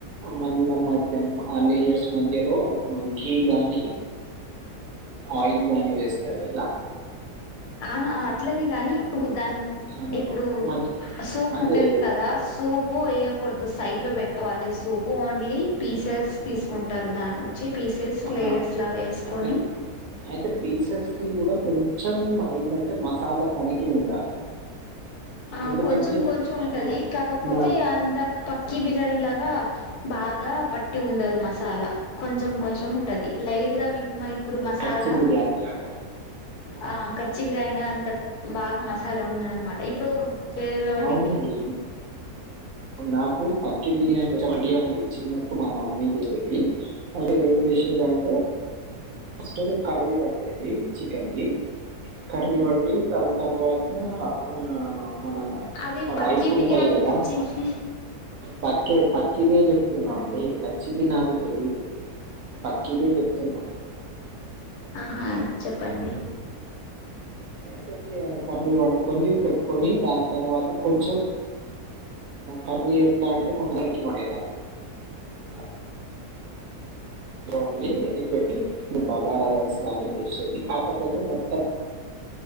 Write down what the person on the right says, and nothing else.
మళ్ళా మ. <unintelligible> మధ్యలో గీ గానీ ఆయిల్ గానీ వేస్తారు కదా.
ఆ,
మ
అదే
ఆ,
అయి- పీసెస్కి గుడా కొంచం ఏంటంటే మసాలా తనిగి ఉండాలి
ఎందుకంటే
ఆ,
నా
కచ్చి బిర్యానీ లాగా
అవునండి నాకు పక్కే బిర్యానీం చ ఐడియా ఉంది చిన్నప్పుడు మా మమ్మీ చేసేది అయితే ఏం చేసేదింటే ఫస్ట్ కర్రీ వండేది చికెన్ది. కర్రీవండి దాని తర్వాత ఆ మన
రైస్ ఉంటాయి
కదా.
పక్కే పకిదే చెప్తున్నా అండి ఖచ్చిది నాకు తెలీదు ఇక ఇదే చెప్తున్నా
అయితే కర్రీ వండుకొని పెట్టుకొని దాని తర్వాత కొంచెం కర్రీ ఎట్లా అంటే కొందరికి పడేదా స రండి ఎదిపెట్టి ఇప్పుడు బగారా రైస్ లాగా చేసేది కాకపోతే మొత్తం